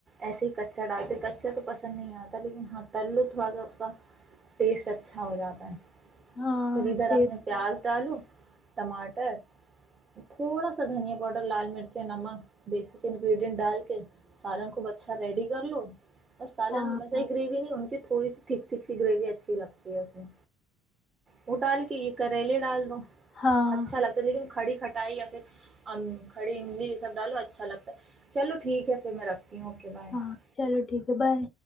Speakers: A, on the right; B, on the left.
A: ایسے ہی کچا ڈالتے ہیں کچا تو پسند نہیں آتا لیکن ہاں تل لو تھوڑا سا اس کا ٹیسٹ اچھا ہو جاتا ہے
B: ہاں
A: پھر ادھر
B: ٹھیک
A: اپنے پیاز الو ٹماٹر تھوڑا سا دھنیا پاؤڈ لال مرچ نمک بیسک انگریڈینٹ ڈال کے سالن خوب اچھا ریڈی کر لو اور سالن
B: ہاں
A: ویسے ہی گریبی نہیں ہ مجھے تھوڑی سی تھک تھک سی گریوی اچھی لگتی ہے اس میں وہ ڈال کے یہ کریلے ڈال دو
B: ہاں
A: اچھا لگتا ہے لیکن کھڑی کٹائی یا پھر کھی املی یہ سب ڈالو اچھا لگتا ہے چلو ٹھیک ہے پھر میں رکھ ہوں اوکے بائے
B: ہاں چلو ٹھیک ہے بائے